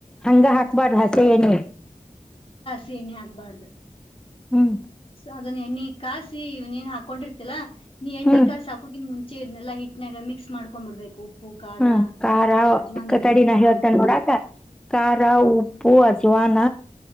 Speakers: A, in the centre; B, on the left.
A: ಹಂಗ ಅಖಬಾರ ಭಷೆ ಎನ
B: ಸೀಣಿ ಆಗ್ಬಾರ್ದು.
A: ಹ್ಮ್
B: ಸೊ ಅದನ ಎಣ್ಣಿ ಕಾಸಿ ನೀನ್ ಹಾಕೊಂಡಿರ್ತಿಲ್ಲಾ ನೀ ಎಣ್ಣಿ
A: ಹ್ಮ್
B: ಕಾರ ಹಾಕೋಗನ್ ಮುಂದೆ ಚ ಇದದ್ನೆಲ್ಲ ಹಿಟ್ನಾಗ ಮಿಸ್ ಮಾಡಕೊಂಡ್ ಬಿಡ್ಬೇಕು. ಖಾರ
A: ಹ್ಮ ಖಾರ
B: ಅಜ್ವಾನ್
A: ಕತಡಿನ
B: ಎಲ್ಲ ಹಾ
A: ಹೇಳ್ತಾನ ನೋಡಾಕ ಕಾರಾ
B: ಹಾ
A: ಉಪ್ಪು ಅ ಶುವಾನ